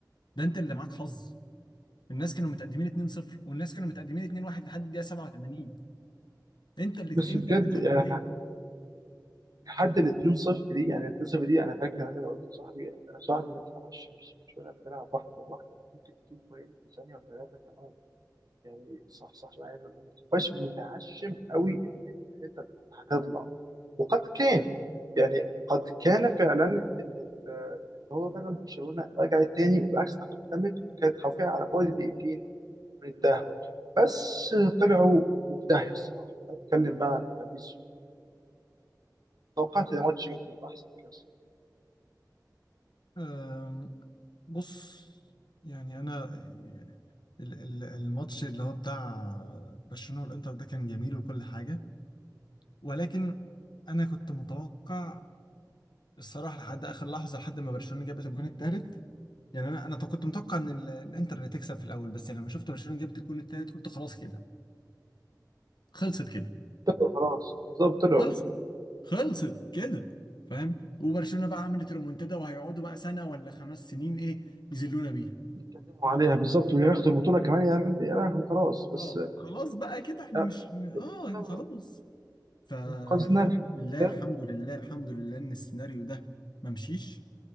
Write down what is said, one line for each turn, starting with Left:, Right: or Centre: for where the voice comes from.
Left: ده انت اللي معاك حظ الناس كانوا متقدمين 2-0 والناس كانوا متقدمين 2-1 لحد الدقيقه 87 انت اللي
Right: بس
Left: انت
Right: بجد
Left: اللي اتحطيت
Right: يعني لحد ال 2-0 دي يعني ال 2-0 دي انا فاكر انا قلت لصاحبي صاحبي ما تتعشمش مش مش ولا بتلعب واحده لوحده ممكن تجيب جولين في ثانيه وثلاثه كمان يعني صح صح يعني ما ما تبقاش متعشم قوي ان انت هتطلع وقد كان يعني قد كان فعلا ان ال- إن هو فعلا برشلونه رجعت تاني وبالعكس تقدمت وكانت حرفيا على بعد دقيقتين من التاهل بس طلعوا وفي داهيه الصراحه اتكلم بقى عن باريس توقعت ان الماتش ممكن يبقى احسن كاس
Left: أم، بص يعني انا ال- ال- الماتش اللي هو بتاع برشلونة والانتر ده كان جميل وكل حاجة ولكن انا كنت متوقع الصراحه لحد اخر لحظه لحد ما برشلونه جابت الجون الثالث يعني انا انا كنت متوقع ان ال- الانتر اللي تكسب في الاول بس لما شفت برشلونه جابت الجون الثالث قلت خلاص كده خلصت كده
Right: طلعوا خلاص بالظبط طلعوا
Left: خلصت خلصت كده فاهم وبرشلونه بقى عملت ريمونتادا وهيقعدوا بقى سنه ولا خمس سنين ايه يذلونا بيها
Right: يتكلموا عليها بالظبط وياخدوا البطوله كمان يعني يا لهوي خلاص بس
Left: اه خلاص بقى كده احنا
Right: آه،
Left: مش اه
Right: الانتر
Left: خلاص فالحمد
Right: انقذنا الحمد
Left: لله
Right: لله
Left: الحمد لله الحمد لله ان السيناريو ده ما مشيش